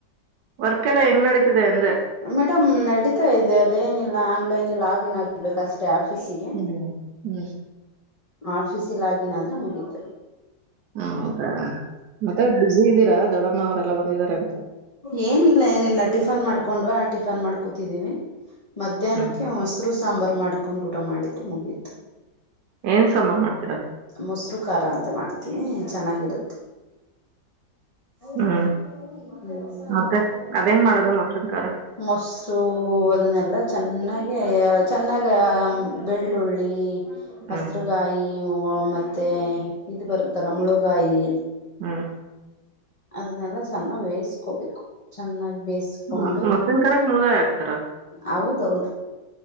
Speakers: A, on the right (about 75°); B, on the left (about 45°).
A: ವರ್ಕ್ ಎಲ್ಲಾ ಹೆಂಗ್ ನಡೀತಿದೆ ಅಂದ
B: ಮೇಡಮ್ ನಡಿತಾ ಇದೆ ಅದೇನಿಲ್ಲ ಆನ್ಲೈನ್ ಆಗನ್ ಆಗ್ಬೇಕಷ್ಟ ಮತ್ತೆ ಆಫೀಸಿಗೆ
A: ಹ್ಮ್ ಹ್ಮ್
B: ಆಫೀಸಲ್ ಆಗನಾದ್ರೆ ಮುಗಿತ
A: ಹ ಹೌದಾ ಮತ್ತೆ ಬಿಸಿ ಇದ್ದೀರಾ ದೊಡಮ್ಮ ಅವರೆೆಲ್ಲಾ ಬಂದಿದಿದ್ದಾರೆಂತ
B: ಏನಿಲ್ಲ ಏನಿಲ್ಲ ಟಿಫನ್ ಮಾಡ್ಕೊಂಡ್ ಟಿಫನ್ ಮಾಡ್ಕೂತಿದ್ದೀವಿ ಮಧ್ಯಾಹ್ನಕ್ಕೆ
A: ಹ್ಮ್
B: ಮಸರು ಸಾಂಬಾರ್ ಮಾಡ್ಕೊಂಡು ಊಟ ಮಾಡಿದು ಮುಗೀತು
A: ಏನ್ ಸಾಂಬಾರು ಮಾಡ್
B: ಮೊಸರು ಖಾರ ಅಂತ ಮಾಡ್ತೀವಿ ಚೆನ್ನಾಗಿರುತ್ತೆ <unintelligible>
A: ಹ್ಮ್ ಮತ್ತೆ ಅದೇಂಗ್ ಮಾಡದ ಮೊಸರಿನ್ ಖಾರ
B: ಮೊಸರು ಅದನ್ನೆಲ್ಲಾ ಚೆನ್ನಾಗಿ ಚೆನ್ನಾಗ ಬೆಳ್ಳುಳ್ಳಿ ಹಸರುಗಾಯಿ
A: ಹ್ಮ್
B: ಮತ್ತೆ ಇದು ಬರುತ್ತಲ್ಲ ಮುಳಗಾಯಿ
A: ಹ್ಮ್
B: ಅದನ್ನೆಲ್ಲಾ ಚೆನ್ನಾಗ್ ವೇಯಿಸಕೋಬೇಕು ಚೆನ್ನಾಗಿ ಬೇಯಿಸಕೊಂಡು
A: ಹ ಮತ್ತನ್ ಕರಕ್ ಮುಳಗಾಯಿ ಹಾಕ್ತಾರ
B: ಹೌದೌದು